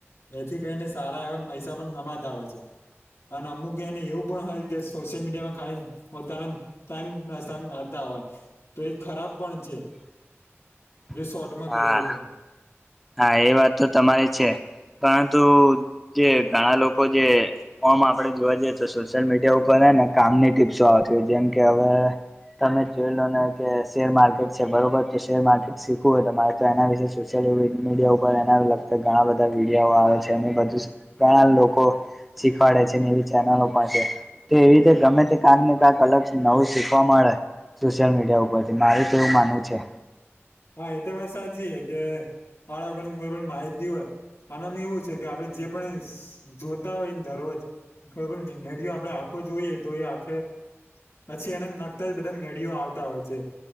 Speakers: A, on the left; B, in the centre.
A: જેથી કઈને સારા એવા પૈસા પણ કમાતા હોય છે. અન અમુક એન એવું પણ હોય કે સોશિયલ મીડિયામાં ખાલી પોતાના ટાઈમ પ્રસાર કરતા હોય તો એ ખરાબ પણ છે
B: <inaudible>
A: જો શોર્ટ માં
B: હા
A: કહીએ તો.
B: હા એ વાત તો તમારી છે, પરંતુ જે ઘણા લોકો જે ઓમ આપડે જોવા જઈએ તો સોશિયલ મીડિયા ઉપરને કામની ટીપ્સો આવતી હોય જેમ કે હવે તમે જોઈ લો ને કે શેર માર્કેટ છે બરોબર તો શેર માર્કેટ શી શું તમા મારે તો એના વિશે સોશિયલ મીડિયા ઉપર એના લગતા ઘણા બધા વિડયોઓ આવે છે અને બધું ઘણા લોકો, શીખવાડે છે એવી ચેનલો પણ છે. તો એવી રીતે ગમે તે ક્યાંક ને ક્યાંક અલગ નવું શીખવા મળે. સોશિયલ મીડિયા ઉપરથી મારેું તો એવું માનવું છે.
A: હા એ તો વાત સાચી છે કે બાળકોની કોઈ પણ માહિતી હોય. આનામ એવું છે કે આપડે જે પણ જોતા હોયને દરરોજ. બરોબર નઈ હ આપડે આંખો જોઈએ તો એ આખે પછી એના નખતા જ બધા મેળીઓ આવતા હોય છે,